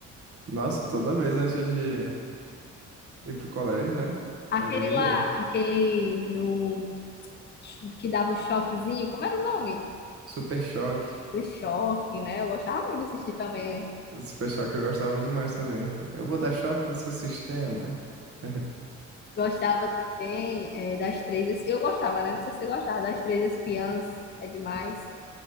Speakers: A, on the right; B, on the left.
A: Nossa, toda vez antes de ir pro colégio, né?
B: Aquele
A: Era de
B: lá,
A: ler.
B: aquele do que dava o choquezinho, como era o nome?
A: Super choque.
B: do Choque, né? Eu gostava muito de assistir também.
A: Super choque eu gostava demais também. Eu vou dar choque no seu sistema. <laughs>
B: Gostava também é, das Três. Eu gostava, né? Não sei se você gostava das Três Espiãs. É demais.